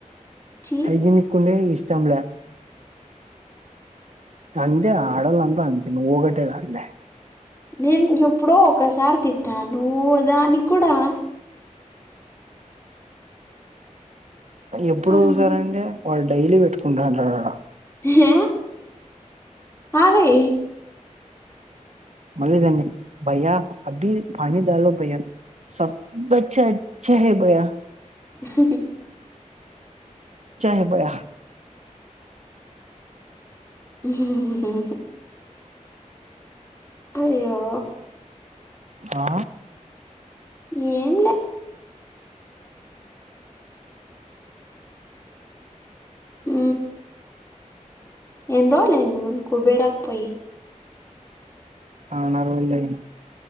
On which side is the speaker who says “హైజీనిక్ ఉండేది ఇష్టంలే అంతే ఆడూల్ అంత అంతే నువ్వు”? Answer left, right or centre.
Right